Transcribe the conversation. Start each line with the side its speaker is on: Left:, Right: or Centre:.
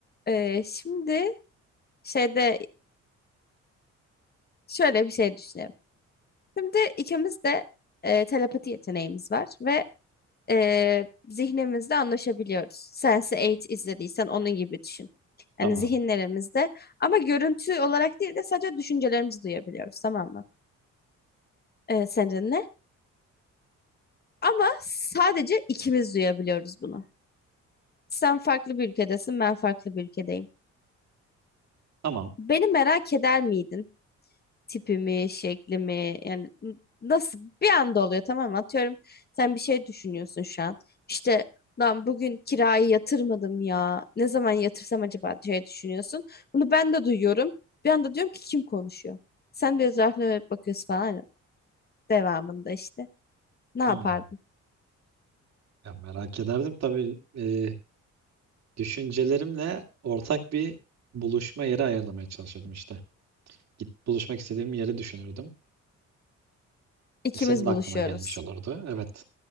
Left: Ee, şimdi şeyde şöyle bir şey düşünelim. Şimdi ikimiz de e, telepati yeteneğimiz var ve e, zihnimizde anlaşabiliyoruz. Sense8 izlediysen onun gibi düşün.
Right: Tamam.
Left: Yani zihinlerimizde ama görüntü olarak değil de sadece düşüncelerimizi duyabiliyoruz tamam mı? Ee, seninle. Ama sadece ikimiz duyabiliyoruz bunu. Sen farklı bir ülkedesin, ben farklı bir ülkedeyim.
Right: Tamam.
Left: Beni merak eder miydin? tipi mi, şekli mi? Yani n- nasıl bir anda oluyor tamam mı? Atıyorum sen bir şey düşünüyorsun şu an. İşte lan bugün kirayı yatırmadım ya. Ne zaman yatırsam acaba diye düşünüyorsun. Bunu ben de duyuyorum. Bir anda diyorum ki kim konuşuyor? Sen de etrafına dönüp bakıyorsun falan. Devamında işte. Ne yapardın?
Right: Hmm. Ya merak ederdim tabii. Ee, düşüncelerimle ortak bir buluşma yeri ayarlamaya çalışıyordum işte. Git buluşmak istediğim yeri düşünürdüm.
Left: İkimiz
Right: Senin de
Left: buluşuyoruz.
Right: aklına gelmiş olurdu. Evet.